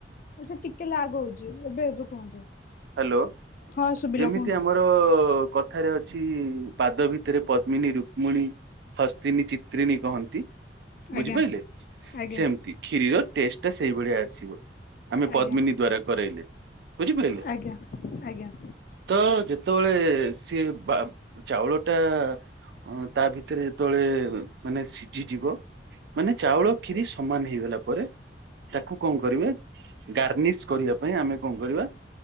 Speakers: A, on the left; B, on the right.
A: ଅବଶ୍ୟ ଟିକେ ଲାଗ୍ ହୋଉଚି ଏବେ ଏବେ କୁହନ୍ତୁ।
B: ହାଲୋ
A: ହଁ ଶୁଭିଲା
B: ଯେମିତି
A: କୁହନ୍ତୁ
B: ଆମର ତ କଥାରେ ଅଛି ପାଦ ଭିତରେ ପଦ୍ମିନୀ, ରୁକ୍ମୁଣୀ ହସ୍ତିନୀ, ଚିତ୍ରିଣୀ କହନ୍ତି
A: ଆଜ୍ଞା
B: ବୁଝିପାରିଲେ
A: ଆଜ୍ଞା
B: ସେମିତି କ୍ଷିରିର ଟେଷ୍ଟ୍ ଟା ସେଇଭଳିଆ ଆସିବ ଆମେ
A: ଆଜ୍ଞା
B: ପଦ୍ମିନୀ ଦ୍ଵାରା କରାଇଲେ ବୁଝିପାଇଲେ।
A: ଆଜ୍ଞା ଆଜ୍ଞା।
B: ତ ଯେତେବେଳେ ସିଏ ବା ଚାଉଳ ଟା ଅଁ ତା ଭି ଏଥିରେ ଯେତେବେଳେ ମାନେ ସିଝିଯିବ ମାନେ ଚାଉଳ କ୍ଷିରି ସମାନ ହେଇଗଲା ପରେ ତାକୁ କଣ କରିବେ ଗାର୍ନିସ୍ କରିବା ପାଇଁ ଆମେ କଣ କରିବା